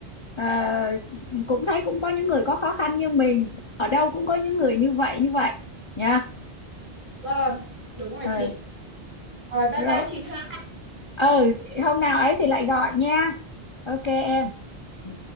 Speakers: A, on the left; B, on the right.
A: ờ, ờ, cũng thấy cũng có những người có khó khăn như mình, ở đâu cũng có những người như vậy như vậy nha.
B: vâng đúng rồi
A: Ừ,
B: chị rồi bye
A: rồi.
B: bye chị ha
A: Ừ, hôm nào ấy thì lại gọi nha. Ok em. Ừ.